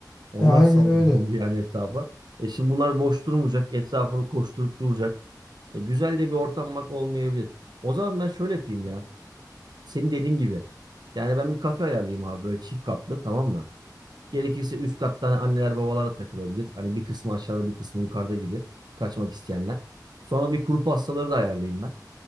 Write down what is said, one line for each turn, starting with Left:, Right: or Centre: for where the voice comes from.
Right: Onlar
Left: ya aynen
Right: saldırır
Left: öyle.
Right: yani etrafa. E şimdi bunlar boş durmayacak. Etrafını koşturup duracak. E güzel de bir ortam bak olmayabilir. O zaman ben şöyle yapayım ya. Senin dediğin gibi. Yani ben bir kafe ayarlayayım abi böyle çift katlı tamam mı? Gerekirse üst katta hani anneler babalar da takılabilir. Hani bir kısmı aşağıda bir kısmı yukarıda gibi kaçmak isteyenler. Sonra bir kuru pastaları da ayarlayayım ben.